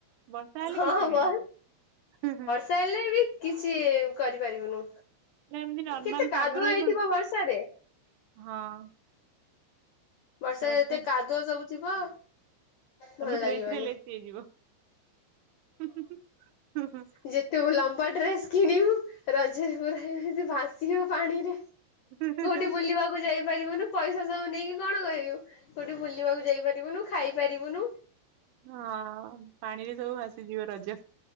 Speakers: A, on the right; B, on the left.
A: ବର୍ଷା ହେଲେ
B: ହଁ
A: କିଛି ନାହିଁ।
B: ବଲ।
A: ହୁଁ- ହୁଁ।
B: ବର୍ଷା ହେଲେ ବି କିଛି କରିପାରିବୁନୁ,
A: ପୁରା ଏମିତି ନର୍ମାଲ
B: କେତେ କାଦୁଅ
A: ପାଗ ରହିବ
B: ହେଇଥିବ ବର୍ଷ ରେ।
A: ହଁ।
B: ବର୍ଷାରେ
A: ବର୍ଷା
B: ଏତେ କାଦୁଅ ସବୁ ଥିବ। ଭଲ
A: ଆମ ଡ୍ରେସ୍
B: ଲାଗିବନି
A: ରେ ଲେସି ହେଇଯିବ। ହୁଁ - ହୁଁ।
B: ଯେତେବେଳେ ଲମ୍ବା ଡ୍ରେସ କିଣିବୁ ରଜରେ ପୁରା ଭାସିବ ପାଣିରେ।
A: ହୁଁ
B: କୋଉଠି
A: ହୁଁ
B: ବୁଲିବାକୁ
A: ହୁଁ।
B: ଯାଇ ପାରିବୁନୁ। ପଇସା ସବୁ ନେଇକି କଣ କରିବୁ, କୋଉଠି ବୁଲିବାକୁ ଯାଇପାରିବୁନୁ ଖାଇ ପାରିବୁନୁ?
A: ହଁ ପାଣିରେ ସବୁ ଭାସିଯିବ ରଜ।